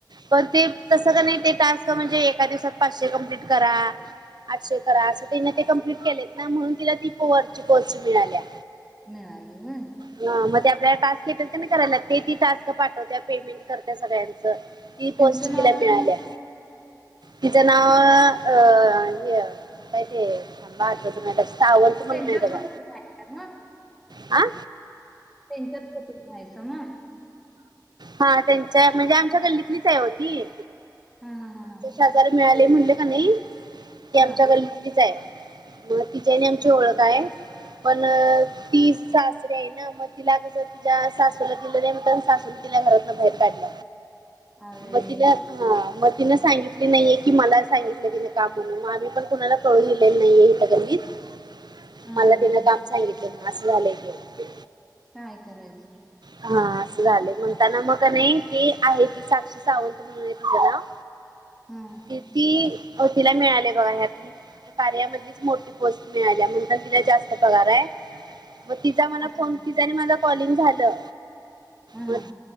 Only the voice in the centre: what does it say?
मिळाली हो
त्यांचं
नाव
काय
मग?
त्यांच्या
थ्रू तुम्ही हायसा
त्यांच्यात होतून्हायचं मग
हा हा हा हा
हां
हां
अरे
रे!
हां
हां
हां हां
काय करायच
हां
असू
दे
हां
हां